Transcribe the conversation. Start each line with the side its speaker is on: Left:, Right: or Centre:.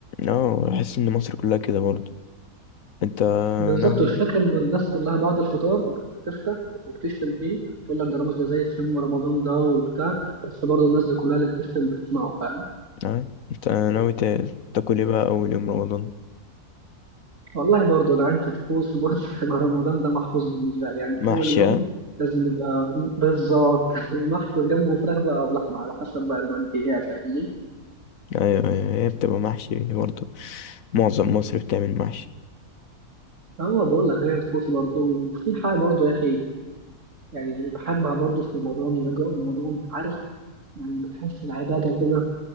Left: اه احس ان مصر كلها كده برضه انت
Right: بالظبط
Left: ناوي
Right: الفكره ان الناس كلها بعد الفطار بتفتح وبتشتم فيه بتقول لك ده رامز ده زي السم ورمضان ده وبتاع بس برضه الناس دي كلها اللي بتشتم بتسمعه فاهم
Left: اه انت ناوي تا- تاكل ايه بقى اول يوم رمضان
Right: والله برضه ده عندي طقوس برضه <laughs> مع رمضان ده محفوظ بالنسبه لي يعني في
Left: محشي
Right: اول يوم
Left: اه
Right: لازم يبقى بالظبط <laughs> محشي وجنبه فراخ بقى او لحمه على حسب بقى المنديات فاهمني
Left: ايوه ايوه هي بتبقى محشي برضه معظم مصر بتعمل محشي
Right: هو بقول لك هي الطقوس برضه وفي حاجة برضه يا أخي يعني بحبها برضه في رمضان وأجواء رمضان عارف يعني بتحس العبادة كده